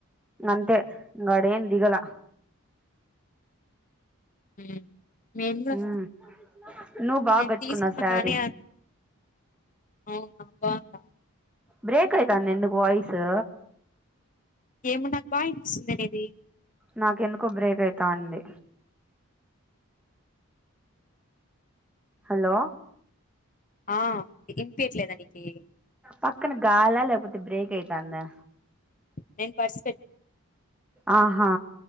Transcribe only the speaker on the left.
ఉ నేను గూడ
నేను
తీసుకున్నా
కానీ అవునా బాంద
ఏమో నాకు బా వినిపిస్తుంది నీది
ఆ వినిపియట్లేదా నీకి
నేను బడ్స్ పెట్టు